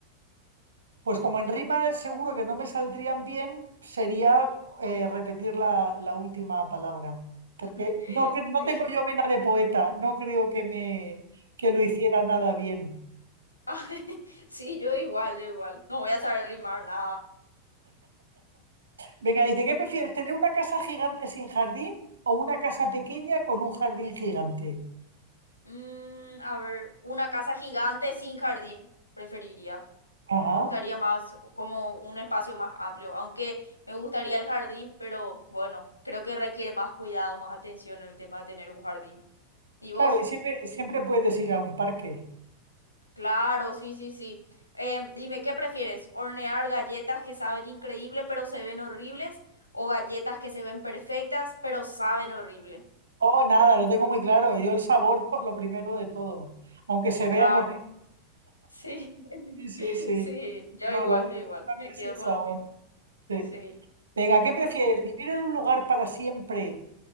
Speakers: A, on the right; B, on the left.
A: Pues como en rima seguro que no me saldrían bien, sería eh, repetir la, la última palabra. Porque
B: <laughs>
A: no, cre- no
B: Sí.
A: tengo yo vena de poeta, no creo que me que lo hiciera nada bien.
B: Ay, <laughs> sí, yo igual, yo igual. No voy a saber rimar nada.
A: Venga, dice, ¿qué prefieres, tener una casa gigante sin jardín o una casa pequeña con un jardín gigante?
B: Mm, a ver, una casa gigante sin jardín, preferiría.
A: Ajá.
B: Me gustaría más como un espacio más amplio, aunque me gustaría el jardín, pero bueno, creo que requiere más cuidado, más atención el tema de tener un jardín. ¿Y vos?
A: Claro, y siempre, siempre puedes ir a un parque.
B: Claro, sí, sí, sí. Eh, dime, ¿qué prefieres? ¿Hornear galletas que saben increíble pero se ven horribles? ¿O galletas que se ven perfectas pero saben horrible?
A: Oh, nada, lo tengo muy claro. Yo el sabor, por lo primero de todo. Aunque se vean
B: Claro.
A: horribles,
B: Sí, <laughs>
A: sí, sí.
B: sí, yo
A: No,
B: igual,
A: lo importante
B: yo igual, me
A: es
B: quedo
A: el
B: con
A: sabor.
B: lo mismo.
A: Sí.
B: Sí,
A: Venga,
B: es
A: ¿qué prefieres?
B: lo mismo.
A: ¿Vivir en un lugar para siempre